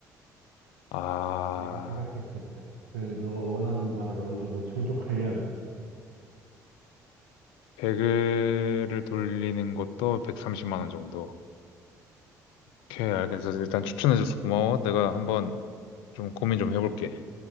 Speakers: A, on the left; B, on the right.
A: 아,
B: 내가 생각했을 때. 그, 너가 원하는 바를 어느 정도 충족하려면.
A: 배그를 돌리는 것도 130만 원 정도. 오케이, 알겠어. 일단 추천해줘서 고마워. 내가 한번 좀 고민 좀 해볼게.